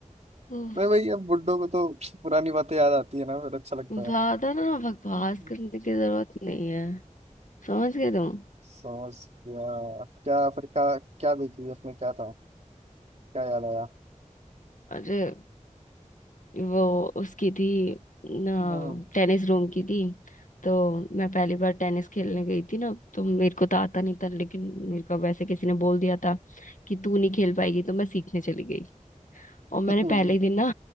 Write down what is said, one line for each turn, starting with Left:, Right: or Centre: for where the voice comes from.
Left: हम्म,
Right: मैं भाई अब बुड्ढों को तो पुरानी बातें याद आती है ना फिर अच्छा लगता
Left: ज्यादा
Right: है
Left: ना बकवास
Right: हम्म।
Left: करने की जरूरत नहीं है समझ गए तुम
Right: समझ गया क्या फिर क्या क्या देखी उसमें क्या था क्या याद आया
Left: अरे वो उसकी थी ना
Right: हाँ
Left: टेनिस रूम की थी तो मैं पहली बार टेनिस खेलने गई थी ना तो मेरे को तो आता नहीं था लेकिन मेरे को वैसे किसी ने बोल दिया था कि तू नहीं खेल पाएगी तो मैं सीखने चली गई और
Right: <laughs>
Left: मैंने पहले ही दिन ना